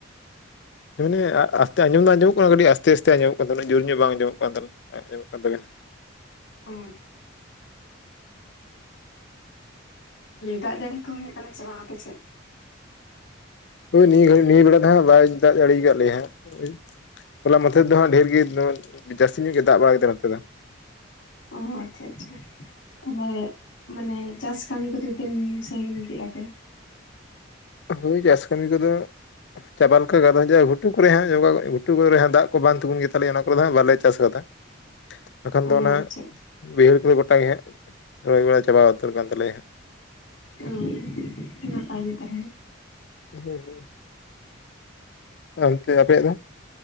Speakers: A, on the left (about 55°); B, on the left (about 75°).
A: ᱢᱟᱱᱮ ᱟᱥᱛᱮ ᱟᱸᱡᱚᱢ ᱫᱚ ᱟᱸᱡᱚᱢᱚᱜ ᱠᱟᱱᱟ, ᱠᱟᱴᱤᱜ ᱟᱥᱛᱮ ᱟᱥᱛᱮ ᱟᱸᱡᱚᱢᱚᱜ ᱠᱟᱱ ᱛᱟᱵᱮᱱᱟ ᱡᱳᱨ ᱧᱚᱜ ᱵᱟᱝ ᱟᱸᱚᱢᱚᱜ ᱠᱟᱱ ᱛᱟᱵᱮ ᱟᱸᱡᱚᱜ ᱠᱟᱱ ᱛᱟᱵᱮᱱᱟ ᱾
B: ᱦᱳᱭ᱾ ᱫᱟᱜ ᱡᱟᱲᱤ ᱠᱚ ᱦᱳᱭᱳᱜ ᱠᱟᱱᱟ ᱥᱮ ᱵᱟᱝ ᱟᱯᱮ ᱥᱮᱫ?
A: ᱦᱳᱭ ᱱᱤᱭᱟᱹ ᱜᱷᱟᱹᱲᱤ ᱱᱤᱭᱟᱹ ᱵᱮᱲᱟ ᱫᱚ ᱦᱟᱸᱜ ᱵᱟᱭ ᱫᱟᱜ ᱡᱟᱲᱤᱭ ᱠᱟᱜ ᱞᱮᱭᱟ ᱦᱟᱸᱜ ᱳᱭ᱾ ᱦᱚᱞᱟ ᱢᱟᱫᱷᱮᱨ ᱫᱚ ᱦᱟᱸᱜ ᱰᱷᱮᱨ ᱜᱤ ᱡᱟᱹᱥᱛᱤ ᱧᱚᱜ ᱜᱤ ᱫᱟᱜ ᱵᱟᱭ ᱫᱟᱜᱟ ᱱᱚᱛᱮ ᱫᱚ᱾
B: ᱚᱦᱚ ᱟᱪᱪᱷᱟ ᱟᱪᱪᱷᱟ᱾ ᱛᱟᱦᱞᱮ ᱢᱟᱱᱮ ᱪᱟᱥ ᱠᱟᱢᱤ ᱠᱚᱫᱚ ᱛᱤᱱ ᱥᱟᱺᱜᱤᱧ ᱠᱮᱜ-ᱟ ᱯᱮ?
A: ᱦᱳᱭ ᱪᱟᱥ ᱠᱟᱹᱢᱤ ᱠᱚᱫᱚ᱾ ᱪᱟᱵᱟ ᱞᱮᱠᱟ ᱜᱮ ᱟᱫᱚ ᱡᱟ ᱜᱷᱩᱴᱩ ᱠᱚᱨᱮ ᱦᱟᱸᱜ ᱡᱚᱜᱟ ᱜᱷᱩᱴᱩ ᱠᱚᱨᱮ ᱡᱟᱸᱦᱟ ᱫᱟᱜ ᱠᱚ ᱵᱟᱝ ᱛᱩᱜᱩᱱ ᱜᱮᱛᱟᱞᱮᱭᱟ ᱚᱱᱟ ᱠᱚᱨᱮ ᱫᱚ ᱦᱟᱸᱜ ᱵᱟᱞᱮ ᱪᱟᱥ ᱠᱟᱫᱟ᱾
B: <inaudible>
A: ᱵᱟᱠᱷᱟᱱ ᱫᱚ ᱚᱱᱟ
B: ᱟᱪᱪᱷᱟ
A: ᱵᱟᱹᱭᱦᱟᱹᱲ ᱠᱚᱨᱮ ᱜᱚᱴᱟ ᱜᱮ ᱦᱟᱸᱜ ᱨᱚᱦᱚᱭ ᱵᱟᱲᱟ ᱪᱟᱵᱟ ᱩᱛᱟᱹᱨ ᱠᱟᱱ ᱛᱟᱞᱮᱭᱟ ᱦᱟᱸᱜ᱾
B: ᱩᱸ ᱦᱩᱸᱜ ᱱᱟᱯᱟᱭ ᱜᱮ ᱛᱟᱦᱞᱮ᱾
A: ᱦᱳᱭ ᱦᱳᱭ᱾ ᱟᱱᱛᱮ ᱟᱯᱮᱭᱟᱜ ᱫᱚ?